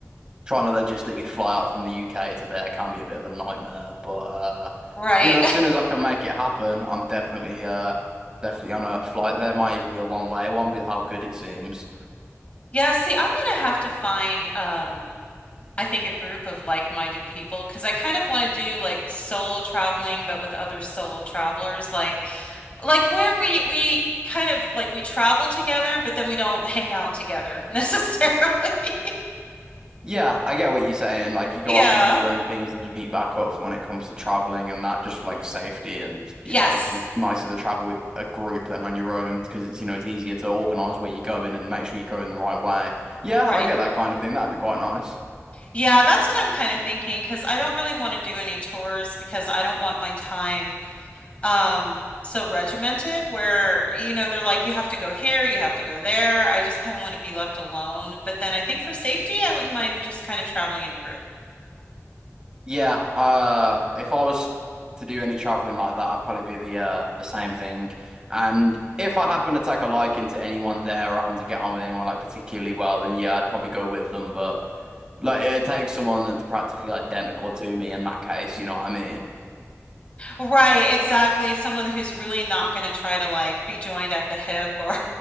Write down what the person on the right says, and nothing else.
trying to logistically fly out from the UK to there can be a bit of a nightmare, but uh
you know, as
soon as I can make it happen, I'm definitely uh definitely on a flight there. Might even be a one way one with how good it seems.
Yeah, I get what you're saying. Like you go
off and do your own things and you meet back up when it comes to traveling and that just for like safety and you
know, just nicer to travel with a group than on your own because it's you know, it's easier to organize where you're going and make sure you go in the right way. Yeah,
I get that kind of thing. That'd be quite nice.
Yeah, uh if I was to do any traveling like that, I'd probably be the uh the same thing. And if I happen to take a liking to anyone there or happen to get on with anyone like particularly well, then yeah, I'd probably go with them, but Like it takes someone that's practically identical to me in that case, you know what I mean?